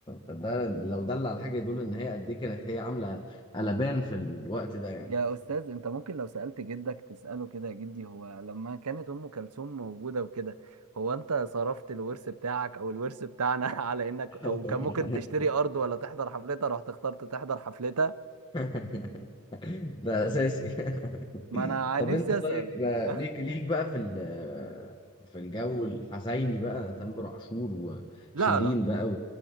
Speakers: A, on the left; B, on the right.
A: فده لو دل على حاجة يدل إن هي قد إيه كانت هي عاملة قلبان في الوقت ده يعني
B: يا استاذ انت ممكن لو سالت جدك تساله كده يا جدي هو لما كانت ام كلثوم موجوده وكده هو انت صرفت الورث بتاعك او الورث بتاعنا <laughs> على انك
A: <laughs>
B: او كان ممكن تشتري ارض ولا تحضر حفلتها رحت اخترت تحضر حفلتها
A: <laughs> ده اساسي <laughs>
B: ما انا
A: طب
B: نفسي
A: انت طيب
B: اسال
A: آه،
B: <laughs>
A: ليك ليك بقى في ال- آه، في الجو الحزيني بقى تامر عاشور وشيرين
B: لا لا
A: بقى و-